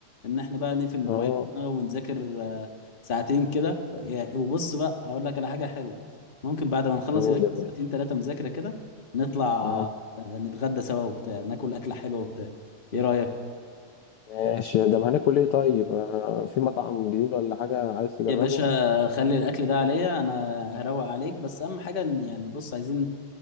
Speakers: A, on the left (about 25°); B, on the left (about 70°).
A: ان احنا بقى نقفل موبايلاتنا
B: اه
A: ونذاكر آه، ساعتين كده يا- وبص بقى هقول لك على حاجة حلوة ممكن بعد ما نخلص
B: قول
A: يا باشا
B: يا باشا
A: ساعتين ثلاثة مذاكرة كده نطلع آه،
B: اه
A: نتغدى سوا وبتاع ناكل أكلة حلوة وبتاع ايه رأيك
B: ماشي طب هناكل ايه طيب آه في مطعم جديد ولا حاجة عايز تجربه
A: يا باشا خلي الاكل ده عليا انا هروق عليك بس اهم حاجه إن- يعني بص عايزين